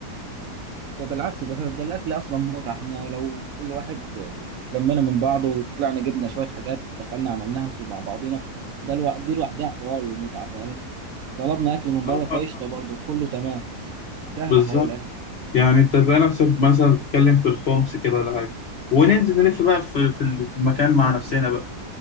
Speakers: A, on the right (about 70°); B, on the left (about 60°).
A: ده بالعكس ده ده الاكل اصلا متعه احنا لو كل واحد لمينا من بعضه وطلعنا جبنا شويه حاجات دخلنا عملناها سوا مع بعضينا ده الوقت دي لوحدها حوار ومتعه فاهم طلبنا اكل من
B: آه،
A: بره فقشطه
B: آه، آه.
A: برضه كله تمام سهل
B: بالظبط
A: حوار الاكل
B: يعني انت تلاقي نفسك مثلا بتتكلم في الخمس كده ولا حاجه وننزل نلف بقى في في ال- في المكان مع نفسنا بقى